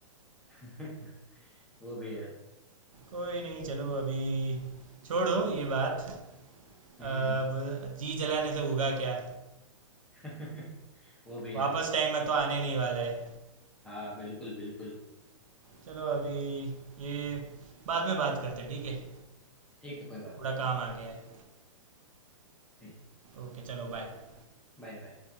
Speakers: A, in the centre; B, on the right (about 85°).
A: <laughs> वो भी है
B: कोई नहीं चलो अभी छोड़ो ये बात
A: हम्म
B: अब जी जलाने से होगा क्या
A: <laughs> वो भी है
B: वापस टाइम में तो आने नहीं वाला है
A: हाँ बिल्कुल बिल्कुल
B: चलो अभी ये बाद में बात करते हैं, ठीक है
A: ठीक है कोई बात
B: थोड़ा
A: नहीं
B: काम
A: चलो
B: आ गया है
A: ठीक
B: ओके चलो बाय
A: Bye bye